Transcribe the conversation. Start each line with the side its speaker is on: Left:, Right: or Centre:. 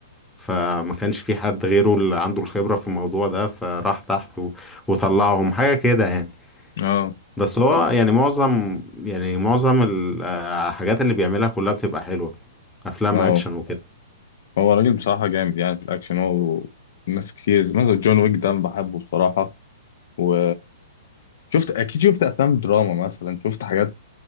Centre: فما كانش في حد غيره اللي عنده الخبرة في الموضوع ده فراح تحت و... وطلعهم حاجة كده يعني
Left: اه
Centre: بس هو
Left: طب
Centre: يعني معظم يعني معظم ال- آه، الحاجات اللي بيعملها كلها بتبقى حلوة أفلام
Left: اه
Centre: أكشن وكده
Left: هو راجل بصراحة جامد يعني في الأكشن هو ناس كتير زي مثلا جون ويك ده أنا بحبه بصراحة و شفت أكيد شفت أفلام دراما مثلا شفت حاجات